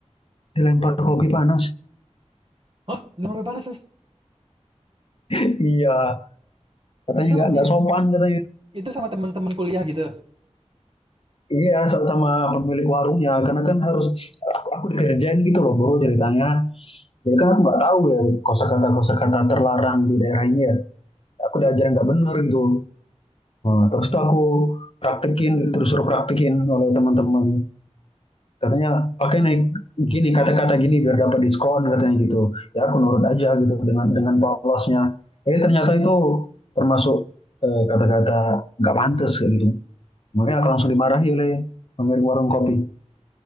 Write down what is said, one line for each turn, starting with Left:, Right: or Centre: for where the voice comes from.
Left: dilempar kopi panas
Right: Hah? Udah sampai mana Mas?
Left: <clears throat> <laughs> iya katanya
Right: Itu
Left: nggak
Right: masih
Left: nggak sopan katanya
Right: itu sama teman-teman kuliah gitu.
Left: iya sama pemilik warungnya karena kan harus aku, aku dikerjain gitu loh bro ceritanya Ya kan aku nggak tahu ya kosakata kosakata terlarang di daerah ini ya. Aku diajarin nggak bener gitu. Nah, terus tuh aku praktekin terus suruh praktekin oleh teman-teman. Katanya pakai naik gini kata-kata gini biar dapat diskon katanya gitu. Ya aku nurut aja gitu dengan dengan polosnya. Eh ternyata itu termasuk eh, kata-kata nggak pantas kayak gitu. Makanya aku langsung dimarahi oleh pemilik warung kopi.